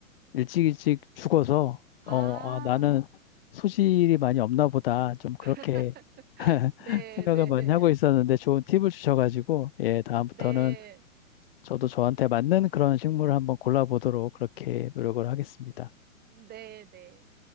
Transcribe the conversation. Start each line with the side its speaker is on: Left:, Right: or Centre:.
Left: 일찍 일찍 죽어서
Right: 아,
Left: 어, 아, 나는 소질이 많이 없나 보다. 좀 그렇게
Right: <laughs>
Left: <laughs>
Right: 네네
Left: 생각을 많이
Right: 네. 네,
Left: 하고 있었는데 좋은 팁을 주셔가지고 예, 다음부터는
Right: 네 네.
Left: 저도 저한테 맞는 그런 식물을 한번 골라보도록 그렇게 노력을 하겠습니다.
Right: 네, 네, 네.